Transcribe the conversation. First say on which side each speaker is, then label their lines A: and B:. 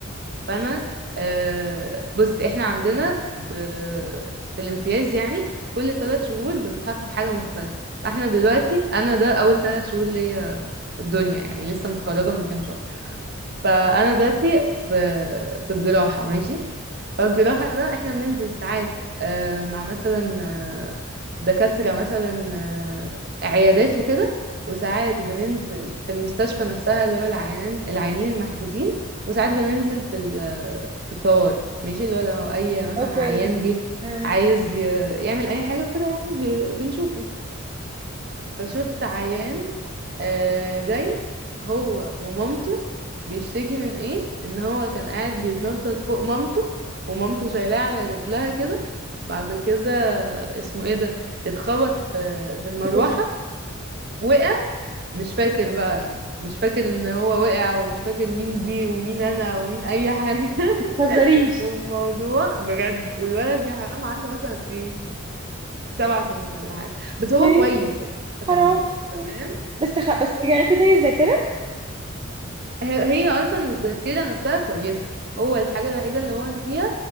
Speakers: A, on the right; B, on the right.
A: فانا آه، بصي احنا عندنا ب... في الامتياز يعني كل ثلاث شهور بنتحط في حاجة مختلفة فاحنا دلوقتي انا ده اول ثلاث شهور ليا في الدنيا يعني لسه متخرجة من كام شهر فانا دلوقتي في في الجراحه ماشي فالجراحه ده احنا بننزل ساعات آه، مع مثلا آه، دكاتره مثلا آه، عيادات وكده وساعات بننزل في المستشفى نفسها اللي هو العيانين العيانين المحجوزين وساعات بننزل في ال- في الطوارئ ماشي اللي هو لو اي مثلا
B: اوكي
A: عيان جه
B: آه،
A: عايز ي- يعمل اي حاجه وكده يعني ب- بنشوفه فشفت عيان آه، جاي هو ومامته بيشتكي من ايه ان هو كان قاعد بيتنطط فوق مامته ومامته شايلاه على رجلها كده بعد كده اسمه ايه ده اتخبط في في المروحة
B: بتقولي
A: وقع مش فاكر بقى مش فاكر ان هو وقع ومش فاكر مين دي ومين انا ومين اي حاجة <laughs>
B: ما تهزريش
A: والموضوع بجد والولد يا حرام عنده مثلا ايه سبع سنين ولا حاجة بس هو
B: يعني
A: كويس يعني
B: حرام
A: هو كان تمام
B: بس خ... بس رجعت له تاني الذاكرة
A: هي هي اصلا الذاكره نفسها كويسه هو الحاجه الوحيده اللي هو نسيها